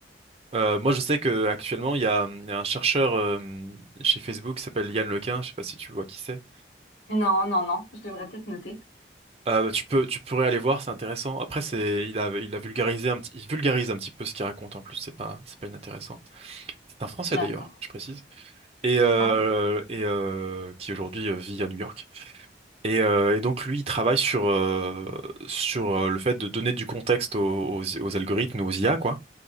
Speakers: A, on the right; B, on the left.
A: Euh, moi, je sais que actuellement, il y a, il y a un chercheur euh, chez Facebook qui s'appelle Yann Lequin. Je sais pas si tu vois qui c'est.
B: Non, non, non, je devrais peut-être noter.
A: Euh, tu peux, tu pourrais aller voir, c'est intéressant. Après, c'est, il a, il a vulgarisé un petit, il vulgarise un petit peu ce qu'il raconte en plus. C'est pas, c'est pas inintéressant. C'est un Français
B: D'accord.
A: d'ailleurs, je précise, et euh,
B: Ah.
A: et euh, qui aujourd'hui euh, vit à New York. Et, euh, et donc lui, il travaille sur euh, sur euh, le fait de donner du contexte aux, aux, aux algorithmes, aux IA, quoi.